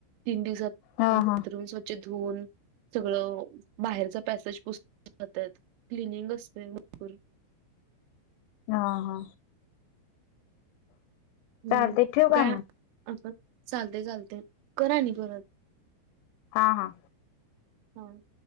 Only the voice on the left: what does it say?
हा
हा
हा हा.
चालते ठेव का
मग
हा हा.